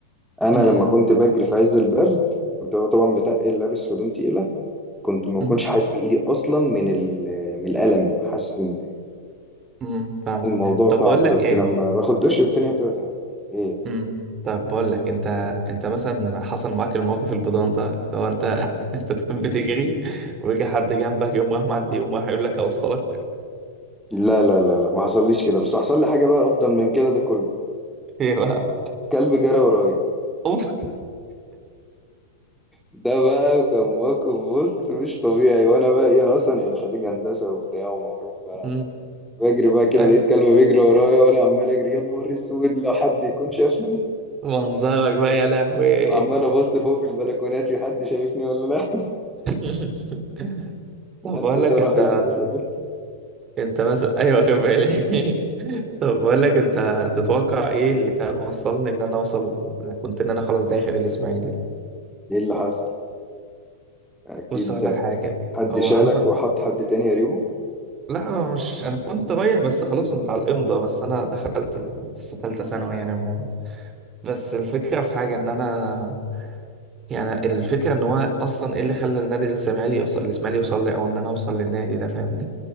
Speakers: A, in the centre; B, on the right.
A: انا
B: م-
A: لما كنت بجري في عز البرد وكنت طبعا بتقل لابس هدوم تقيلة كنت ما
B: م-
A: كنتش حاسس بايدي اصلا من ال... من الالم حاسس ان
B: م- فاهمك
A: الموضوع
B: طب
A: صعب
B: بقول لك
A: بس
B: ايه
A: لما باخد دش الدنيا بتبقى تمام ايه
B: امم طب بقول لك انت انت مثلا حصل معاك الموقف البيضان ده لو انت <laughs> انت تكون بتجري ويجي حد جنبك يقوم راح معدي يقوم راح يقول لك اوصلك
A: لا لا لا لا ما حصليش كده بس حصل لي حاجه بقى افضل من كده ده كله
B: <laughs> ايه بقى
A: كلب جرى ورايا
B: اوف
A: ده بقى كان موقف بص مش طبيعي وانا بقى ايه انا اصلا يعني خريج هندسه وبتاع ومعروف فانا
B: امم
A: بقى بجري
B: <laughs>
A: بقى كده
B: ايه
A: لقيت كلب بيجري ورايا وانا عمال اجري يا نهار اسود لو حد يكون شافني
B: منظرك بقى يا لهوي
A: وعمال ابص فوق في البلكونات في حد شايفني ولا لا
B: <laughs> طب
A: الهندسه
B: بقول لك انت
A: راح الهندسه جه
B: انت مثلا <laughs> ايوه واخد بالي <laughs> طب بقول لك انت تتوقع ايه اللي كان وصلني ان انا اوصل كنت ان انا خلاص داخل الاسماعيلي ده
A: <laughs> ايه اللي حصل اكيد
B: بص اقول لك حاجه
A: حد
B: هو
A: شالك
B: حصل
A: وحط حد تاني قريبه
B: لا مش انا كنت رايح بس خلاص كنت على الامضه بس انا دخلت ال- لسه ثالثه ثانوي يعني عموما بس الفكره في حاجه ان انا يعني الفكره ان هو اصلا ايه اللي خلى النادي الاسماعيلي يوصل الاسماعيلي يوصل لي او ان انا اوصل للنادي ده فاهمني